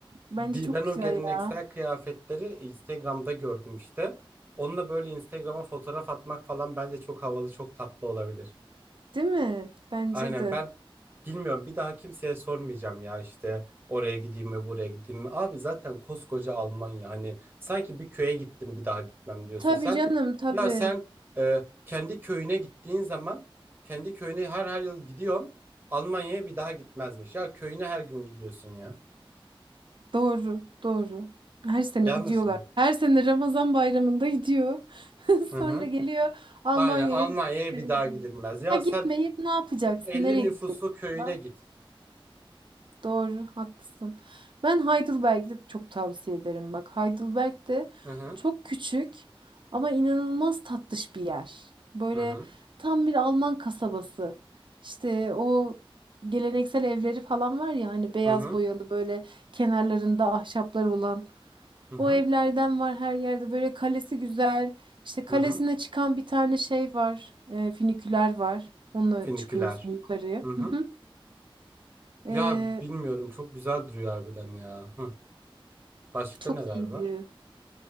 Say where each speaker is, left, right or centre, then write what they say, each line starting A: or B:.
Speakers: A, on the right (about 60°); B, on the right (about 25°).
A: bence
B: Bir,
A: çok
B: ben
A: güzel
B: o geleneksel
A: ya.
B: kıyafetleri Instagram'da gördüm işte. Onunla böyle Instagram'a fotoğraf atmak falan bence çok havalı, çok tatlı olabilir.
A: Değil mi? Bence
B: Aynen.
A: de.
B: Ben Bilmiyorum bir daha kimseye sormayacağım ya işte oraya gideyim mi buraya gideyim mi. Abi zaten koskoca Almanya hani sanki bir köye gittim bir daha gitmem diyorsun
A: Tabii
B: sen.
A: canım tabii.
B: Ya sen e, kendi köyüne gittiğin zaman kendi köyüne her her yıl gidiyorsun. Almanya'ya bir daha gitmezmiş. Ya köyüne her gün gidiyorsun ya.
A: Doğru, doğru. Her sene
B: Yanlış
A: gidiyorlar.
B: mı?
A: Her sene Ramazan bayramında gidiyor. <laughs>
B: Hı
A: Sonra
B: hı.
A: geliyor Almanya'ya
B: Aynen Almanya'ya
A: hiçbir yere
B: bir daha
A: gidiyor.
B: gidilmez. Ya
A: Ha gitmeyip
B: sen
A: ne yapacaksın?
B: 50
A: Nereye
B: nüfuslu
A: gideceksin?
B: köyüne
A: Ha,
B: git.
A: Doğru, haklısın. Ben Heidelberg'de çok tavsiye ederim. Bak Heidelberg de
B: Hı hı.
A: çok küçük ama inanılmaz tatlış bir yer. Böyle
B: Hı hı.
A: tam bir Alman kasabası. İşte o geleneksel evleri falan var ya hani beyaz
B: Hı hı.
A: boyalı böyle kenarlarında ahşaplar olan
B: Hı hı.
A: o evlerden var her yerde. Böyle kalesi güzel. İşte kalesine
B: Hı hı.
A: çıkan bir tane şey var. E, füniküler var. Onunla
B: Finiküler.
A: çıkıyorsun yukarıya.
B: Hı hı.
A: Hı hı. E,
B: Ya bilmiyorum çok güzel duruyor harbiden ya. Hı. Başka
A: çok
B: neler
A: iyiydi.
B: var?